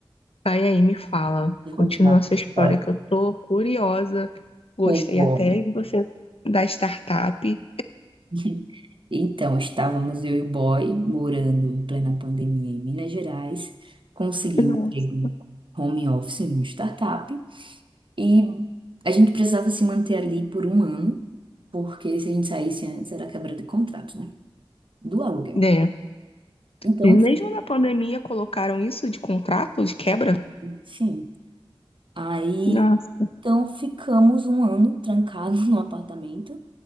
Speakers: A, on the left (about 80°); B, on the right (about 60°).
A: Vai aí, me fala.
B: vou
A: Continua
B: continuar
A: essa
B: com
A: história
B: a história.
A: que eu tô curiosa. Gostei
B: Foi bom.
A: até de você da startup.
B: <laughs> Então, estávamos eu e o boy morando em plena pandemia em Minas Gerais. Consegui
A: Nossa.
B: um emprego home office em uma startup e a gente precisava se manter ali por um ano, porque se a gente saísse antes era quebra de contrato, né? Do aluguel.
A: É.
B: Então,
A: E mesmo
B: ficou-
A: na pandemia colocaram isso de contrato, de quebra?
B: sim. Aí,
A: Nossa,
B: então ficamos um ano trancados <laughs> no apartamento.